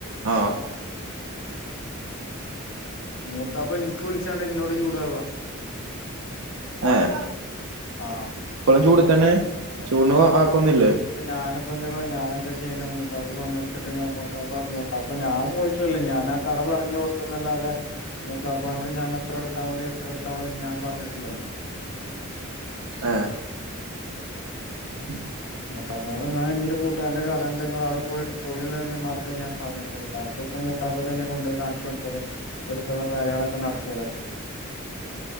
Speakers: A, on the right; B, on the left.
A: ആഹ
B: മൂത്താപ്പ എനിക്ക് വിളിച്ചാണ്ട് ഇന്നോട് ചൂടാവാ
A: ആഹ
B: ആഹ
A: ഇപ്പോളും ചൂട് തന്നെ ചൂട് ആക്കൊന്നുല്ലേ
B: ഞാനപ്പപ്പോ എന്തൊക്ക ഞാന എന്താ ചെയ്യ മൂത്താ സ്വണ് എടുത്തിട്ട് ഞാൻ മ മൂത്തപ്പ ഞാ പോയി ഞാൻ ആഹ കട പറഞ്ഞു കൊടുത്തുന്നല്ലാതെ മൂത്താപ്പാനോട് ഞാൻത്ര എത്താൽതി എത്ര എടുത്താൽ മതി ഞൻ പറഞ്ഞിട്ടില്ലെ
A: ആഹ ഉം
B: മൂത്താപ്പനോട് ഞാൻ എൻ്റെ ഒരു കൂട്ടുകാന്റെ കട ഉണ്ട് നിങ്ങൾ അവിടെ പോയി എടുത്തോളിന്ന്ത്രേ ഞാൻ പറഞ്ഞിട്ടുള്ളൂ ബാക്കി മൂത്താപ്പ തന്നെ കൊണ്ട പോോയി കാണിച്ച കൊടുത്തതും എടുത്തതും കാര്യങ്ങളൊക്കെ നടത്തിയതൊക്കെ